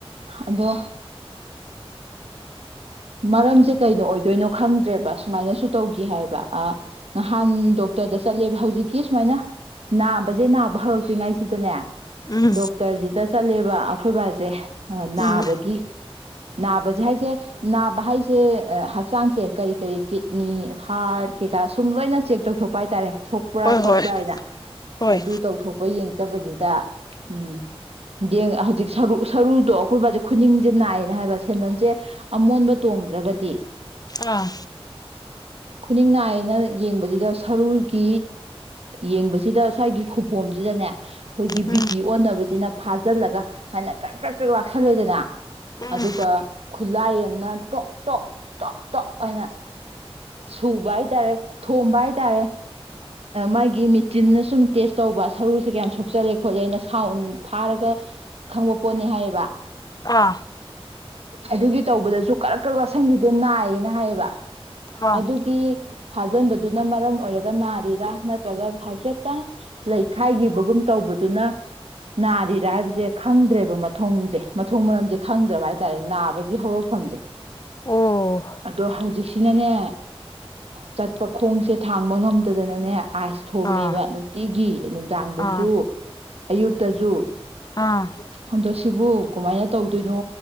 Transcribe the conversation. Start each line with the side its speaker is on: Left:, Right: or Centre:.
Right: ꯑꯗꯣ ꯃꯔꯝꯁꯦ ꯀꯩꯅꯣ ꯑꯣꯏꯗꯣꯏꯅꯣ ꯈꯪꯗ꯭ꯔꯦꯕ ꯁꯨꯃꯥꯏꯅꯁꯨ ꯇꯧꯈꯤ ꯍꯥꯏꯕ ꯅꯍꯥꯟ ꯗꯣꯛꯇꯔꯗ ꯆꯠꯂꯦꯕ ꯍꯧꯖꯤꯛꯀꯤ ꯁꯨꯃꯥꯏꯅ ꯅꯥꯕꯁꯦ ꯅꯥꯕ ꯍꯧꯔꯛꯇ꯭ꯔꯤꯉꯥꯏꯁꯤꯗꯅꯦ
Left: ꯎꯝ ꯎꯝ
Right: ꯗꯣꯛꯇꯔꯁꯤꯗ ꯆꯠꯂꯦꯕ ꯑꯩꯈꯣꯏꯕꯥꯁꯦ ꯅꯥꯕꯒꯤ
Left: ꯎꯝ
Right: ꯅꯥꯕꯁꯦ ꯍꯥꯏꯁꯦ ꯅꯥꯕ ꯍꯥꯏꯁꯦ ꯍꯛꯆꯥꯡꯁꯦ ꯀꯔꯤ ꯀꯔꯤ ꯀꯤꯠꯅꯤ ꯍꯥꯔꯠ ꯀꯩꯀꯥ ꯁꯨꯝ ꯂꯣꯏꯅ ꯆꯦꯛ ꯇꯧꯊꯣꯛꯄ ꯍꯥꯏꯇꯥꯔꯦ ꯁꯣꯛꯄ꯭ꯔꯥ
Left: ꯍꯣꯏ ꯍꯣꯏ
Right: ꯈꯣꯠꯄ꯭ꯔꯥ ꯍꯥꯏꯅ
Left: ꯍꯣꯏ
Right: ꯑꯗꯨ ꯇꯧꯊꯣꯛꯄ ꯌꯦꯡ ꯗꯥꯕꯁꯤꯗ ꯎꯝ ꯍꯧꯖꯤꯛ ꯁꯔꯨ ꯁꯔꯨꯗꯣ ꯑꯩꯈꯣꯏꯕꯁꯦ ꯈꯨꯅꯤꯡꯁꯦ ꯅꯥꯏꯌꯦꯅ ꯍꯥꯏꯕ ꯁꯦꯟꯗꯟꯁꯦ ꯑꯃꯣꯟꯕ ꯇꯣꯡꯗ꯭ꯔꯒꯗꯤ
Left: ꯑꯥ
Right: ꯈꯨꯅꯤꯡ ꯅꯥꯏꯅ ꯌꯦꯡꯕꯁꯤꯗ ꯁꯔꯨꯒꯤ ꯌꯦꯡꯕꯁꯤꯗ ꯁ꯭ꯋꯥꯥꯏꯒꯤ ꯈꯨꯕꯣꯝꯁꯤꯗꯅꯦ ꯑꯩꯈꯣꯏꯒꯤ
Left: ꯎꯝ
Right: ꯕꯤꯄꯤ ꯑꯣꯟꯅꯕꯁꯤꯅ ꯐꯥꯖꯤꯜꯂꯒ ꯍꯥꯏꯅ ꯀꯛ ꯀꯛ ꯀꯛ ꯂꯥꯛꯁꯜꯂꯦꯗꯅ
Left: ꯎꯝ
Right: ꯑꯗꯨꯒ ꯈꯨꯠꯂꯥꯏ ꯑꯃꯅ ꯇꯣꯛ ꯇꯣꯛ ꯇꯣꯞ ꯇꯣꯞ ꯑꯅ ꯁꯨꯕ ꯍꯥꯏꯇꯥꯔꯦ ꯊꯣꯝꯕ ꯍꯥꯏꯇꯥꯔꯦ ꯃꯥꯒꯤ ꯃꯦꯆꯤꯟꯅ ꯁꯨꯝ ꯇꯦꯁ ꯇꯧꯕ ꯁꯔꯨꯁꯦ ꯀꯌꯥꯝ ꯁꯣꯛꯆꯜꯂꯦ ꯈꯣꯠꯂꯦ ꯑꯩꯅ ꯁꯥꯎꯟ ꯐꯥꯔꯒ ꯈꯪꯕ ꯄꯣꯠꯅꯤ ꯍꯥꯏꯌꯦꯕ
Left: ꯑꯥ
Right: ꯑꯗꯨꯒꯤ ꯇꯧꯕꯗꯁꯨ ꯀꯔꯛ ꯀꯔꯛ ꯋꯥꯀꯁꯤꯟꯒꯤ ꯑꯗꯨ ꯅꯥꯏꯌꯦꯅ ꯍꯥꯏꯌꯦꯕ
Left: ꯑꯥ
Right: ꯑꯗꯨꯒꯤ ꯐꯥꯖꯤꯟꯕꯗꯨꯅ ꯃꯔꯝ ꯑꯣꯏꯔꯒ ꯅꯥꯔꯤꯔꯥ ꯅꯠꯇ꯭ꯔꯒ ꯍꯥꯏꯐꯦꯠꯇꯪ ꯂꯩꯈꯥꯏꯈꯤꯕꯒꯨꯝ ꯇꯧꯕꯗꯨꯅ ꯅꯥꯔꯤꯔꯥ ꯍꯥꯏꯕꯁꯦ ꯈꯪꯗ꯭ꯔꯦꯕ ꯃꯊꯣꯡꯁꯦ ꯃꯊꯣꯡ ꯃꯔꯝꯁꯦ ꯈꯪꯗ꯭ꯔꯕ ꯍꯥꯏꯇꯥꯔꯦ ꯅꯥꯕꯒꯤ ꯍꯧꯔꯛꯐꯝꯁꯦ
Left: ꯑꯣ
Right: ꯑꯗꯣ ꯍꯧꯖꯤꯛꯁꯤꯅꯅꯦ ꯆꯠꯄ ꯈꯣꯡꯁꯦ ꯊꯥꯡꯕ ꯉꯝꯗꯗꯅꯅꯦ ꯑꯥꯏꯁ ꯊꯣꯝꯃꯦꯕ
Left: ꯑꯥ
Right: ꯅꯨꯡꯇꯤꯒꯤ ꯅꯨꯡꯗꯥꯡꯗꯁꯨ
Left: ꯑꯥ
Right: ꯑꯌꯨꯛꯇꯁꯨ
Left: ꯑꯥ
Right: ꯍꯗꯣꯁꯤꯕꯨ ꯀꯨꯃꯥꯏ ꯇꯧꯗꯣꯏꯅꯣ